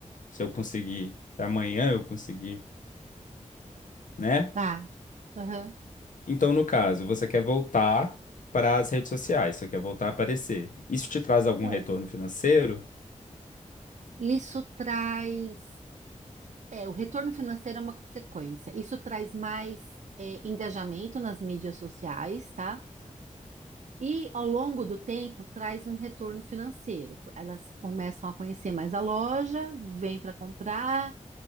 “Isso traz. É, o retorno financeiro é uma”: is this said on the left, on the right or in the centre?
Right